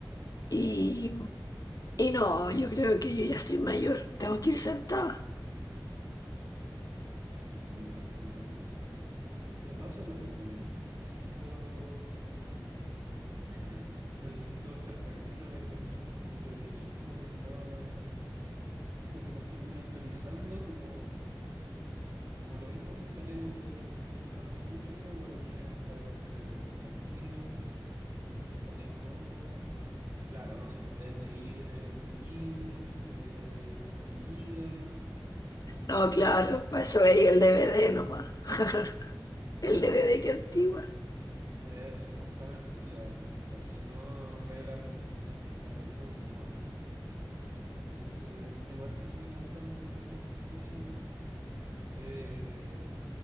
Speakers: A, on the left (about 50°); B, on the right (about 55°).
A: Y Y no, yo creo que yo ya estoy mayor. Tengo que ir sentada.
B: Sí, absolutamente. Me pasa lo mismo a mí. Necesito, <clears throat> necesito estar tranquilo viendo el show. Yo creo que eso es como lo que más, lo que más termino priorizando, como Como lo mismo que estar eh, disfrutando música, para mí es estar eh, tranquilo, en un espacio cómodo. Claro, no se puede pedir eh, un living, eh, comida y,
A: No, claro,
B: y-
A: para eso veía el DVD nomás. <laughs> El DVD que antigua.
B: la- eso, justamente. O sea, claro, si no ve la presentación que está en YouTube, no más. Entonces, uno igual tiene que transar un poquito esas cosas Eh,